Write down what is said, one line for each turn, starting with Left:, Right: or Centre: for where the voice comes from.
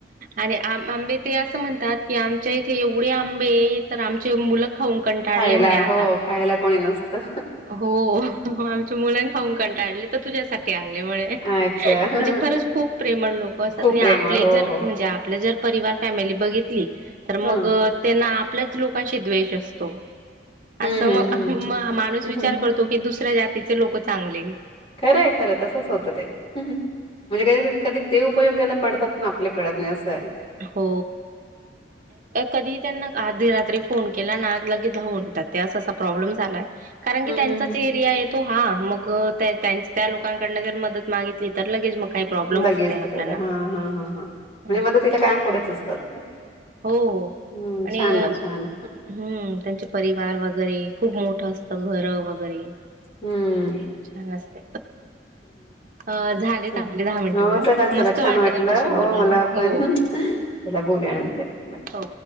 Right: आणि आम आंबे ते असं म्हणतात की आमच्या इथे एवढे आंबे ये तर आमचे मुलं खाऊन कंटाळले
Left: खायला
Right: म्हणे आता
Left: हो खायला कोणी नसतं.
Right: हो आमच्या मुल खाऊन कंटाळलीत. ते तुझ्यासाठी आणले म्हणे,
Left: अच्छा
Right: म्हणजे खरंच खूप प्रेमळ लोक असतात
Left: खूप
Right: नी
Left: प्रेमळ
Right: आपले
Left: हो
Right: जर
Left: हो हो.
Right: ज्या आपली जर परिवार फॅमिली बघितली तर मग
Left: हा
Right: त्येला आपल्याच लोकांशी द्वेष असतो.
Left: हम्म
Right: असं
Left: हम्म
Right: मग, माणूस
Left: हम्म
Right: विचार
Left: हम्म
Right: करतो की दुसऱ्या जातीचे लोक चांगले.
Left: खरंय, खरं तसंच होतं ते म्हणजे वेळेवर कधी ते उपयोग्याला पडतात, ना आपल्या पडत नाही असंय.
Right: हो कधी त्यांना अर्धी रात्री फोन केला ना, लगे धावून येतात ते असा ते प्रॉब्लेम झालाय. कारण की
Left: हम्म
Right: त्यांचाच
Left: हम्म
Right: एरिया आहे तो हा मग त्या त्याच त्या लोकांकडन जर मदत मागित लगेच मग, काही प्रॉब्लेम
Left: लगेच
Right: होत नाही आपल्याना.
Left: केलं हा, हा, हा, हा
Right: हो
Left: मदतीला कायम पुढेच असतात.
Right: हो हो
Left: हम्म
Right: आणि
Left: छान
Right: हम्म
Left: ना छान
Right: त्यांचे परिवार वगैरे खूप मोठं असतं घरं वगैरे
Left: हम्म
Right: छान असत. अ झालेत
Left: चला.
Right: आपले दहा मिनटं
Left: हो
Right: मॅडम
Left: चला चला
Right: मस्त वाटलं
Left: छान
Right: तुमच्याशी
Left: हो
Right: बोलून
Left: मला
Right: हो
Left: पण चला बोलूया नंतर बाय.
Right: हो